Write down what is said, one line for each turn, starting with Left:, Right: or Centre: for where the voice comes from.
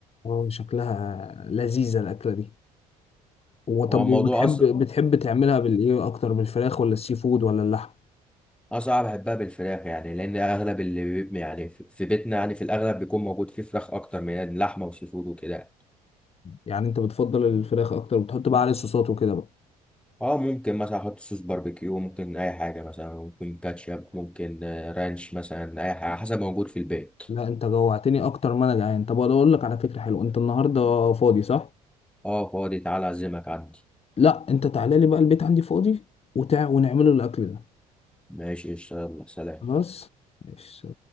Left: اه شكلها لذيذة الأكلة دي وطب
Centre: هو الموضوع
Left: وبتحب
Centre: اصلا
Left: بتحب تعملها بالإيه أكتر بالفراخ ولا السي فود ولا اللحم
Centre: اصعب بحبها بالفراخ يعني لان اغلب اللي بي- يعني في في بيتنا يعني في الاغلب بيكون موجود فيه فراخ اكتر من لحمه وسي فود وكده يعني.
Left: يعني أنت بتفضل الفراخ أكتر وبتحط بقى عليه صوصات وكده بقى
Centre: اه ممكن مثلا احط صوص باربيكيو ممكن اي حاجه مثلا ممكن كاتشب ممكن آه، رانش مثلا اي حاجه حسب موجود في البيت
Left: لا أنت جوعتني أكتر ما أنا جعان طب أنا أقول لك على فكرة حلوة أنت النهاردة فاضي صح؟
Centre: اه فاضي تعالى اعزمك عندي
Left: لا أنت تعالى لي بقى البيت عندي فاضي وتع... ونعمله الأكل ده
Centre: ماشي قشطة يلا سلام
Left: خلاص ماشي